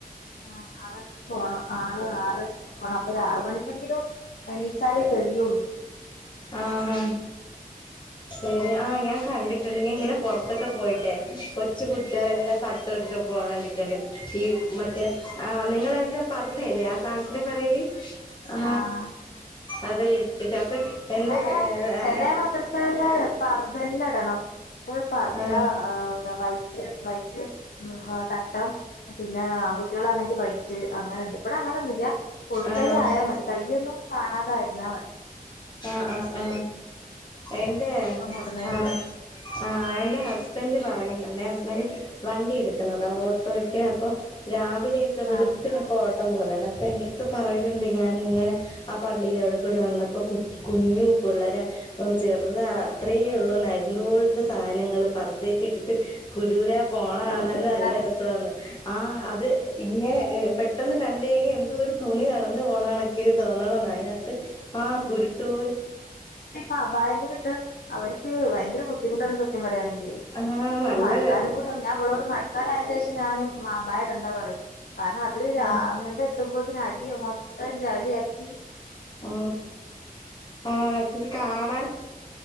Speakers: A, on the left; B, on the left.
A: ആ ആറരക്ക് പോണം ആറ് ആറരക്ക് പോണം അപ്പൊ ഒരു ആറ മണിക്കെങ്കിലും എണീച്ചാലേ തെലിയുള്ളു
B: ആ ആ ശരി ആഞാൻ കണ്ടിട്ടുണ്ട് നീ ഇങ്ങനെ പുറത്തൊക്കെ പോയിട്ടെ കൊച്ചു കു കുട്ടികെല്ലാം തട്ട് <unintelligible> ഡെലാസ് ഈ മറ്റേ ആ നിങ്ങളെ ന്താ പറുത അല്ലേ ആ സാധനത്തിന് പറയല് ആ
A: ആഹ്
B: അതെല്ലാംട്ടട്ട് അപ്പൊ എന്റെ
A: അട അങ്ങനെ
B: ഏ ആ
A: ചെല മാത്രസ കാളി ല് പറു തന്നെ ഇടണോ ഫുൾ പർദ
B: ആ
A: വൈറ്റ് വൈറ്റ് ഉം തട്ടം പിന്നെ ആൺകുട്ടികളാണെങ്കി വൈറ്റ് അങ്ങനു ണ്ട് ഇവടെ അങ്ങനെന്നുംല്ല ഫുൾ
B: ആ
A: കൈ ആയാൽ മതി കയ്യൊന്നു കാണാതായിരുന്ന വത്
B: ആ ആ ആ എന്റെ
A: ഏത് ഡ്രസ്സും ഇടണേന്
B: ആ
A: കൊഴപ്പ
B: ആ ൻ്റെ ഹസ്ബൻഡ് പറഞ്ഞിട്ടുണ്ട് ഹസ്ബൻഡ് വണ്ടി എടുക്കുന്നുന്നത് ഓട്ടോ ഒക്കെ അപ്പൊ രാവി വിലേക്കെ വെളുപ്പനൊക്കെഓ
A: ആഹ്
B: പട്ടം പോലണ്ട് അപ്പൊ എന്റെടുത്ത് പറയലുണ്ട് ഞാന ഇങ്ങനെ ആ പള്ളിൽവിടെ കൂടി വന്നപ്പോ കുഞ്ഞുപുള്ളരെ ചെറുത അത്രേ ഉള്ളൂ എന്ന ദൂൾത സ സനങ്ങൾ പുറുതെക്കെ ഇട്ടിട്ട് കുരൂര പോണന്ന്
A: ആഹ്
B: തന്നെ
A: രസാണ്
B: നല്ല രസന്ന് ആ അത് ഇങ്ങനെ പേ പെട്ടെന്ന് കണ്ട കഴിഞ്ഞാൽ എന്തോ ഒരു തുണി നടന്നു പോണണൊക്കെ തോന്നള്ളെന്ന അതിനകത്ത് ആകുരുട്ടു പോലെ
A: ആ ഭയം കൂടി ഇട്ട് അവർക്ക് ഭയങ്കര ബുദ്ധിമൂ ട്ടാണ് സദ്യം പറയാണേ
B: ആഹ്
A: ഇപ്പം
B: നല്ല
A: മഴക്കാലം
B: രസ
A: കൂടെ ഞാനവളോട് കാര ഏകദേശം ഞാനും മാ ബായടെണ്ട് എന്താ പറയും കാരണം അത് രാ
B: ആഹ്
A: അങ്ങ ത് പൊന്തിൻ ആ ഇഹ ചെല്യാക്കി
B: ആ ആ അത് കാണാൻ